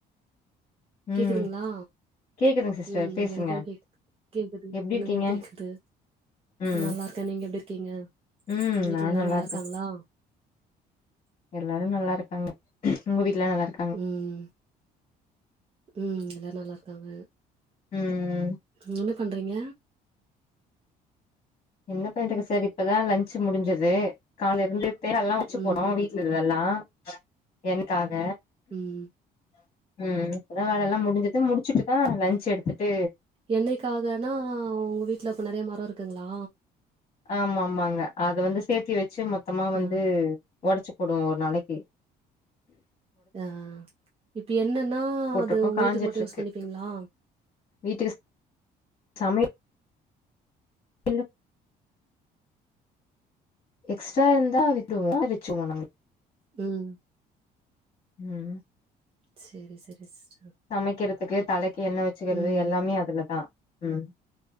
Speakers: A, on the left (about 40°); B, on the right (about 35°).
A: ம்
B: கேக்குதுங்ளா
A: கேக்குதுங்க சிஸ்டர்
B: ம்
A: பேசுங்க
B: எனக்கு கே கேக்குது
A: எப்டி
B: எனக்கு
A: இருக்கீங்க
B: கேக்குது
A: ம்
B: நல்லாருக் க நீங்க எப்டி இருக்கிங்க
A: ம்
B: வீட்ல
A: நா
B: எல்லா
A: நல்லா
B: நல்லாருக்காங்ளா
A: இருக்கே எல்லாரு நல்லாருக்காங்க ஒங்க வீட்ல நல்லா இரு
B: ம் ம் எல்லாரு நல்லாருக்காங்க
A: ம் ம்
B: ம் என்ன பண்றீங்க
A: என்ன பண்றது சார் இப்பதா லன்ஞ்சு முடிஞ்சது காலேருந்து தேங்கால்லா ஒடச்சு
B: ம்
A: போட்டோ வீ வீட்லகிறதெல்லா என்க்காக
B: ம்
A: ம் இப்பதா வேலல்லா முடிஞ்சுது முடிச்சுட்டுதா லஞ்ச் எடுத்துட்டு
B: எண்ணைக்காகன்னா ஆ ஒங்க வீட்ல அப்ப நெறைய மரோ இருக்குங்ளா
A: ஆமா ஆமாங்க அத வந்து சேத்தி வச்சு மொத்தமா வந்து
B: ஆ
A: ஒடச்சு போடுவோ ஒரு நாளக்கி
B: அ அ இப்ப எண்ணென்னா
A: போட்ருக்கோ
B: அது ஒங்க
A: காஞ்சிட்ருக்கு
B: வீட்டுக்கு மட்டு யூஸ் பண்ணிப்பீங்ளா
A: வீட்டுக்கு சமய இலோ எக்ஸ்ட்ராருந்தா வித்டுவோ வச்சுவோ நாங்க
B: ம்
A: ம்
B: செரி செரி சிஸ்டர்
A: சமக்கிறதுக்கு தலைக்கு எண்ண வச்சுக்கிறது
B: ம்,
A: எல்லாமே அதுலதா ம்